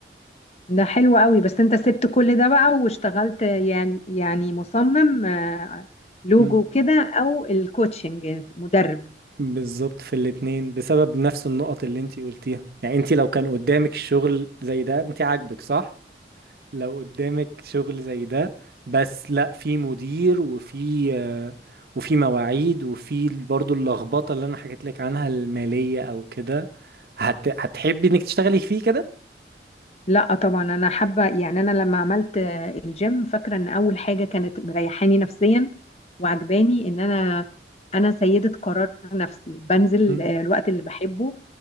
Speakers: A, on the left; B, on the right.
A: ده حلو قوي بس أنت سبت كل ده بقى واشتغلت يعني يعني مصمم آه، لوجو
B: مم.
A: كده أو الكوتشنج مدرب
B: بالظبط في الاتنين بسبب نفس النقط اللي انتي قلتيها يعني انتي لو كان قدامك الشغل زي ده انتي عاجبك صح؟ لو قدامك شغل زي ده بس لا في مدير وفي آه، وفي مواعيد وفي برضو اللخبطة اللي انا حكيت لك عنها المالية او كده هت... هتحبي انك تشتغلي فيه كده
A: لا طبعا انا حابه يعني انا لما عملت آه، الجيم فاكره ان اول حاجه كانت مريحاني نفسيا وعجباني ان انا انا سيده قرار نفسي بنزل
B: مم.
A: آه، الوقت اللي بحبه